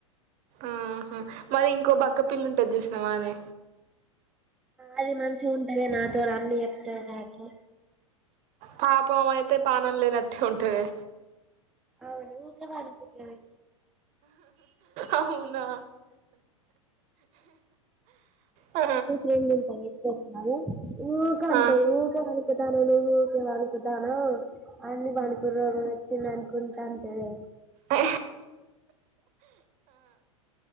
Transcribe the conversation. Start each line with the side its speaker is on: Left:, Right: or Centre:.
Right: ఆహా మరి ఇంకో బక్కపిల్ల ఉంటది చూసినా వానే
Centre: అది మంచిగా ఉంటదే నాతో నన్ని చెప్తాది నాతో
Right: పాపం ఆమె అయితే పానం లేనట్టే ఉంటుంది
Centre: అవును ఊక వానికుట్లది
Right: అవునా ఆ
Centre: ఉంటా ఊక అంటా
Right: ఆ
Centre: ఊకా తానవనుకు తాను అన్ని వణుకుడు రోగం తెనవెంకౌంట అంతేలే
Right: ఆ